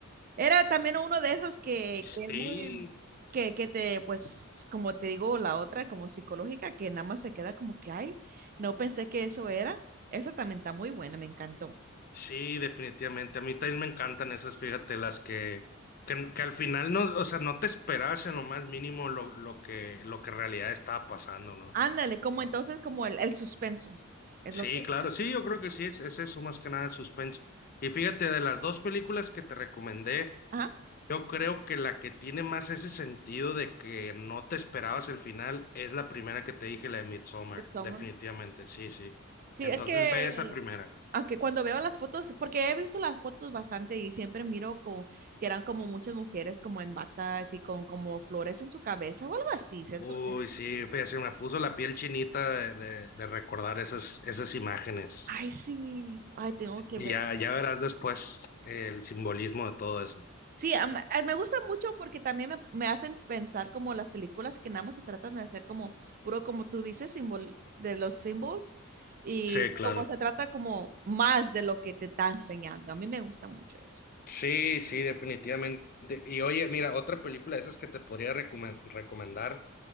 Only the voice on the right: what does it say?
Era también uno de esos que,
que es muy, que, que te, pues, como te digo, la otra como psicológica, que nada más se queda como que, ay, no pensé que eso era. Esa también está muy buena, me encantó.
Ándale, como entonces, como el, el suspenso, es
lo que...
Ajá,
Midsommar.
Sí,
es que,
a que cuando veo las fotos, porque he visto las fotos bastante y siempre miro como, que eran como muchas mujeres como en batas y con como flores en su cabeza o algo así, ¿cierto?
Ay, sí, ay, tengo que
ver.
Sí, a- me a- me gustan mucho porque también me, me hacen pensar como las películas que nada más se tratan de hacer como puro, como tú dices, simbol, de los symbols y
como se trata como más de lo que te está enseñando. A mí me gusta mucho eso.